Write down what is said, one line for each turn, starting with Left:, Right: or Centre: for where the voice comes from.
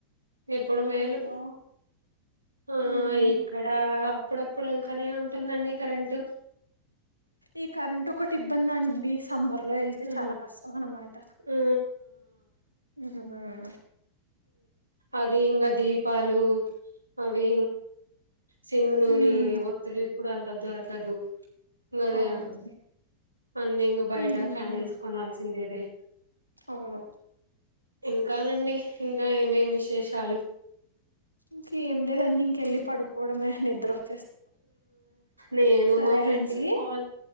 Right: ఇప్పుడు మేలు
Left: అయ్యో
Right: ఆ
Left: మ్మ్
Right: ఇక్కడ అప్పుడప్పుడు వెళ్తానే ఉంటుందండి కరెంటట్
Left: ఈ కరెంట్ ఒక ఒకటిబంద న మీ సమ్మర్ లో వెళ్తే
Right: హ్మ్.
Left: చాలా కష్టం అన్నమాట
Right: ఆ
Left: అ
Right: అది ఇంకా దీపాలు అవి సిమ్ నూని
Left: ఉమ్
Right: ఒత్తులు ఇప్పుడు అంత దొరకదు అదే
Left: అవునండి
Right: అన్న ఇంకా బయట
Left: ఉమ్
Right: క్యాడిల్స్ కొనాల్సిందేది
Left: అవును
Right: ఇంకానండి ఇంకా ఏమేం విశేషాలు
Left: ఇంక ఏం లేదండి ఇంకెళ్ళి పడుకోవడమే నిద్రచ్చ
Right: నేను
Left: సరే
Right: మా ఫ్రెండ్స్
Left: అండి
Right: కి కాల్